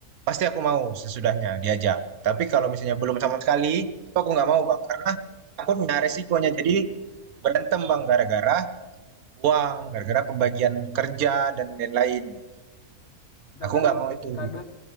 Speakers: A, on the right; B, on the left.
A: pasti aku mau sesudahnya diajak. Tapi kalau misalnya belum sama sekali, itu aku nggak mau Bang, karena takutnya resikonya jadi berantem Bang gara-gara uang, gara-gara pembagian kerja
B: Hmm.
A: dan lain-lain gitu.
B: Kita
A: Aku
B: kan
A: nggak mau itu.
B: kadang